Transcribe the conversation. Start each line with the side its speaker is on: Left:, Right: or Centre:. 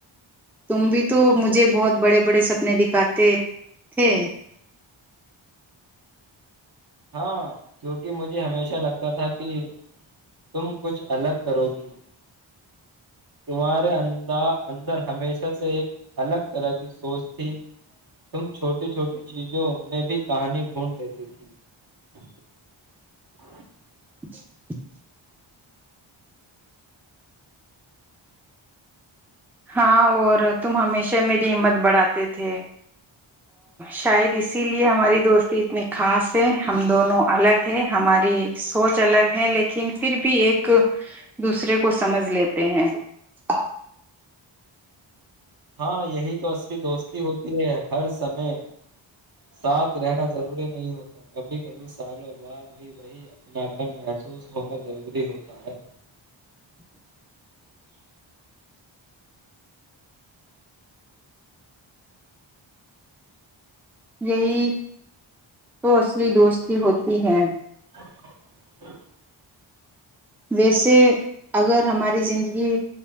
Centre: تم بھی تو مجھے بہت بڑے بڑے سپنے دکھاتے تھے
Right: ہاں کیونکہ مجھے ہمیشہ اچھا لگتا تھا کہ تم کچھ الگ کرو گی سمارے اندر ہمیشہ سے ایک الگ طرح کی سوچ تھی تم چھوٹی چھوٹی چیزوں میں بھی کہانی ڈھونڈ لیتی تھی پشپجغس
Centre: پگوسع ہاں اور تم ہمیشہ میری ہمت بڑھاتے تھے شاید اسی لیے ہماری دوستی اتنی خاص ہے ہم دونوں الگ ہے ہماری سوچ الگ ہے لیکن پھر بھی ایک دوسرے کو سمجھ لیتے ہیں ہ
Right: ہاں یہی تو اصلی دوستی ہوتی ہے ہر سمے ساتھ رہنا ضروری نہیں ہوتا کبھی کبھی سالوں بعد بھی وہی اپنا کن محسوس ہونا ضروری ہوتا ہے
Centre: یہی تو اصلی دوستی ہوتی ہے
Right: شرپسرج
Centre: ویسے اگر ہماری زندگی